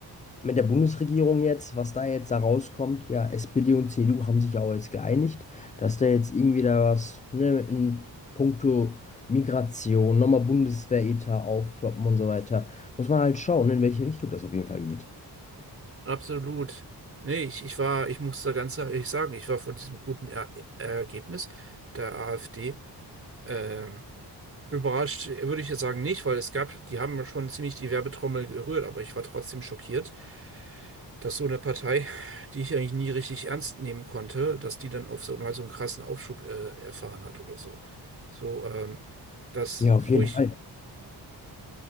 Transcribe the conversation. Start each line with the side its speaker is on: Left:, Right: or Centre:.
Left: mit der Bundesregierung jetzt, was da jetzt da rauskommt, ja, SPD und CDU haben sich ja auch jetzt geeinigt, dass da jetzt irgendwie da was, ne, in puncto Migration, nochmal Bundeswehretat aufploppen und so weiter. Muss man halt schauen, in welche Richtung das auf jeden Fall geht.
Right: Absolut. Nee, ich, ich war, ich muss da ganz ehrlich sagen, ich war von diesem guten er Ergebnis der AfD. ähm, Überrascht würde ich jetzt sagen nicht, weil es gab, die haben ja schon ziemlich die Werbetrommel gerührt, aber ich war trotzdem schockiert, dass so eine Partei, die ich eigentlich nie richtig ernst nehmen konnte, dass die dann auf so mal so einen krassen Aufschub äh, erfahren hat oder so. So, ähm, das,
Left: Ja, auf
Right: wo
Left: jeden
Right: ich,
Left: Fall.